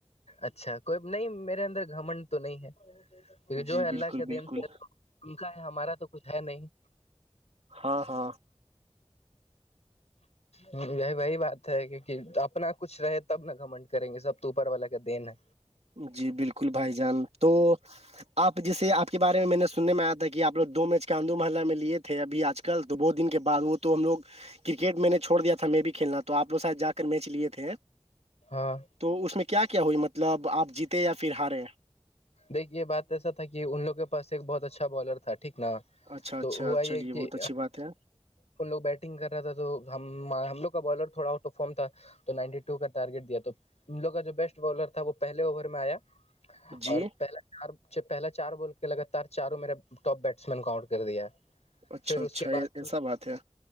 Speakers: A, on the left; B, on the right.
A: اچھا کوئی نہیں میرے اندر گھمنڈ تو نہیں ہے کی جو
B: جی
A: ہے اللہ
B: بالکل
A: کے
B: بالکل
A: دین سے ان کا ہمارا تو کچھ ہے نہیں
B: ہاں ہاں
A: یہ وہی بات ہے کیکہ اپنا کچھ رہے تب نا کمنٹ کریں گے سب تو اوپر والا کا دین ہے
B: جی بالکل بھائی جان تو آپ جیسے آپ کے بارے میں میں نے سننے میں آیا تھا کہ کہ آپ لو دو میچ کے آندو محلہ میں لیے تھے اب آج کل تو بہ دن کے بد وہ تو ہم لوگ کرکٹ میں نے چھوڑ د تھا میں بھی کھیلنا تو آپ وہ شاید جا کے میچ لیے تھے
A: ہاں
B: تو اس میں کیا کیا ہوئی مطلب آپ جیتے یا پھر ہارے
A: دیکھی یہ بات ایسا تھا کہ ان لوگوں کے پاس ایک بہت اچھا بالر تھا ٹھیک نا
B: اچھا اچھا
A: تو ہوا یہ
B: چلیے بہت
A: کہ
B: اچھی بات ہے
A: لوگ بیٹنگ کر رہا تھا تو ہم ہم لوگ کا بالر تھوڑا آؤٹ آف فارم تھا تو نائنٹی و کا ٹارگیٹ دیا تو ان لوگ کا جو بیسٹ بالر تھا وہ پہے اوور میں آیا
B: جی
A: اور پہلا چار بول کے لگاتار چاروں میرا ٹاپ بیٹسمین کاؤنٹ کر دیا ہے
B: اچھا
A: پھر
B: اچھا
A: اس کے
B: اے-
A: بعد
B: ایسا بات ہے